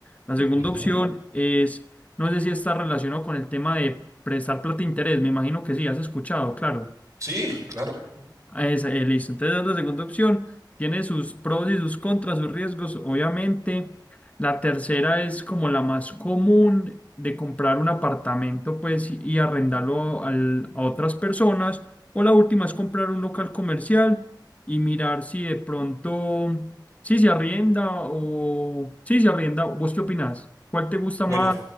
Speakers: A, on the left; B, on the right.
A: La segunda
B: Ujú.
A: opción es, no sé si está relacionado con el tema de prestar plata de interés, me imagino que sí, has escuchado, claro.
B: Sí, claro.
A: Ah, Esa, eh, listo. Entonces, es la segunda opción. Tiene sus pros y sus contras, sus riesgos, obviamente. La tercera es como la más común de comprar un apartamento, pues, y y arrendarlo al- a otras personas. O la última es comprar un local comercial y mirar si de pronto, si se arrienda o si se arrienda. ¿Vos qué opinás? ¿Cuál te gusta
B: Bueno,
A: más?